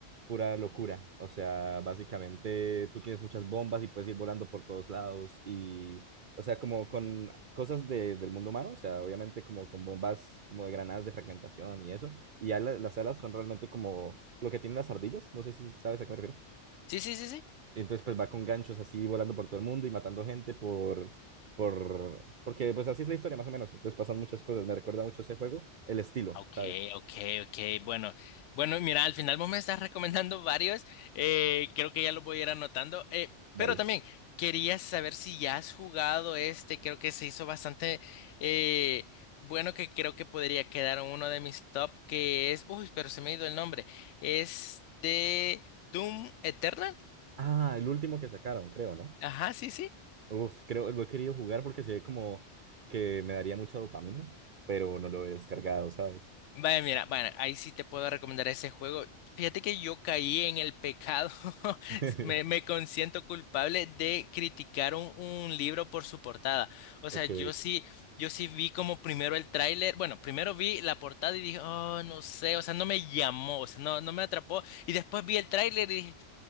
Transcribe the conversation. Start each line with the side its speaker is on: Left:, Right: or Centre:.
Right: pura locura. O sea, básicamente tú tienes muchas bombas y puedes ir volando por todos lados y, o sea, como con cosas de- del mundo humano, o sea, obviamente como con bombas como de granadas de fragmentación y eso. Y ya la- las alas son realmente como lo que tienen las ardillas, no sé si sabes a qué me refiero.
Left: Sí, sí, sí, sí.
Right: Entonces, pues va con ganchos así volando por todo el mundo y matando gente por... Por... Porque pues así es la historia más o menos. Entonces pasan muchas cosas. Me recuerda mucho ese juego. El estilo,
Left: Ok,
Right: ¿sabes?
Left: ok, ok. Bueno, bueno, mira, al final vos me estás recomendando varios. eh, creo que ya los voy a ir anotando. eh,
Right: Dale.
Left: pero también quería saber si ya has jugado este. Creo que se hizo bastante eh, bueno, que creo que podría quedar en uno de mis top, que es. Uy, pero se me ha ido el nombre. Es de Doom Eternal.
Right: Ah, el último que sacaron, creo, ¿no?
Left: Ajá, sí, sí.
Right: Uf, creo, lo he querido jugar porque se ve como que me daría mucha dopamina, pero no lo he descargado, ¿sabes?
Left: Vaya, mira, bueno, ahí sí te puedo recomendar ese juego. Fíjate que yo caí en el pecado, <laughs>
Right: <laughs>
Left: me, me consiento culpable de criticar un, un libro por su portada. O
Right: Ok.
Left: sea, yo sí, yo sí vi como primero el tráiler, bueno, primero vi la portada y dije, oh, no sé, o sea, no me llamó, o sea, no, no me atrapó. Y después vi el tráiler y dije,